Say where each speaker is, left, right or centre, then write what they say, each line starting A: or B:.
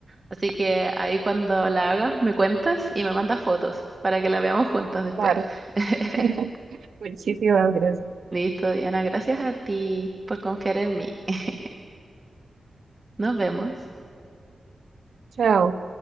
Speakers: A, on the right; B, on the right.
A: Así que ahí cuando la hagas me cuentas y me mandas fotos para que la veamos juntas después.
B: Claro.
A: <laughs>
B: <laughs> Muchísimas gracias.
A: Listo, Diana, gracias a ti por confiar en mí. <laughs> Nos vemos.
B: Chao.